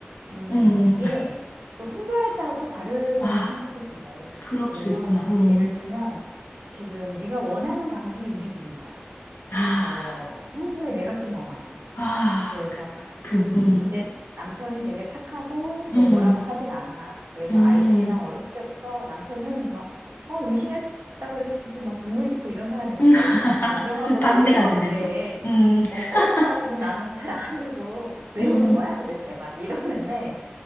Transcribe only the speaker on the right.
음,
이게 또 성별에 따라 또 다르다는
생각도 들어.
그래서
예를 들면 지금 네가 원하는 방식이 우리 집인 거야.
어, 평소에 내가 좀 엄하지.
그래서
보- 근데 남편이 되게 착하고 뭐
뭐라고 하질 않아. 그래서
아이들이랑 어렸을 때부터 남편은 막 어, 임신했다 그랬을 때부터 막 눈물 짓고 이런 사람이거든.
그러니까 드라마
보다
울고 막
그래.
어, 거꾸로야.
근데 나는 잘 안 울고 왜
우는 거야 도대체 막 이러는데